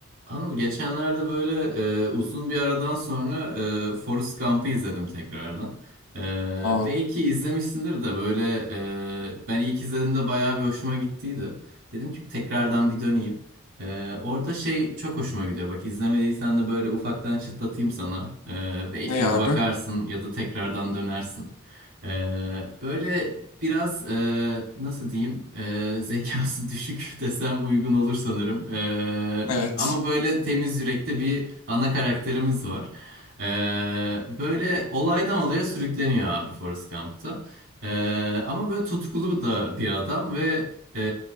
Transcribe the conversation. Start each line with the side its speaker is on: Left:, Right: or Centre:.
Right: Anıl geçenlerde böyle e, uzun bir aradan sonra e, Forrest Gump'ı izledim tekrardan. E,
Left: O
Right: belki izlemişsindir de böyle e, ben ilk izlediğimde bayağı bir hoşuma gittiydi. Dedim ki tekrardan bir döneyim. E, orada şey çok hoşuma gidiyor. Bak izlemediysen de böyle ufaktan çıtlatayım sana. E, belki
Left: ne
Right: bir
Left: abi?
Right: bakarsın ya da tekrardan dönersin. E, böyle biraz e, nasıl diyeyim e, zekası <laughs> düşük desem uygun olur sanırım. E,
Left: Evet.
Right: ama böyle temiz yürekli bir ana karakterimiz var. Ee, böyle olaydan olaya sürükleniyor abi Forrest Gump'ta. Ee, ama böyle tutkulu da bir adam ve e,